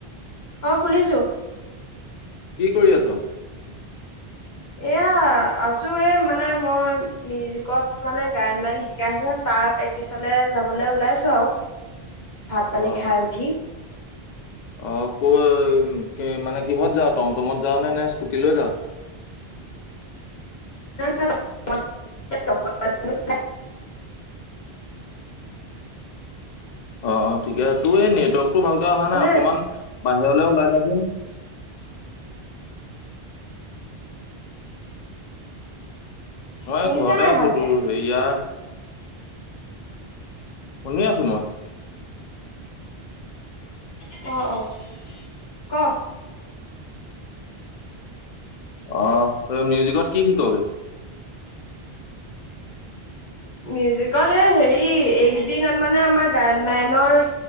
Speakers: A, on the left; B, on the left.
A: অ', শুনিছোঁ।
B: কি কৰি আছ?
A: এয়া আছো এ মানে মই মিউজিকত মানে গায়ন বায়ন শিকাই আছে তাৰ প্ৰেক্টিচলে যাবলৈ ওলাইছোঁ আৰু।
B: <unintelligible>
A: ভাত পানী
B: অ'
A: খাই উঠি।
B: অ', ক কি মানে কিহত যা টমটমত যাওঁ নে নে স্কুটিলৈ যাওঁ।
A: <unintelligible> <unintelligible>
B: অ', অ', ঠিকেছে তোৰ এই নেটৱৰ্কতটো ভালকে অহা নাই
A: নে
B: অকনমান বাহিৰলে ওলাই যাচোন। মই
A: শুনিছা
B: ঘৰতে
A: নাই
B: আছোঁ
A: ভালকে
B: তোৰ হেৰিয়া শুনি আছোঁ মই।
A: অ', অ', ক
B: অ', তই মিউজিকত কি শিক বুলো।
A: মিউজিকত এই হেৰি এইকেইদিন মানে আমাৰ গায়ন বায়নৰ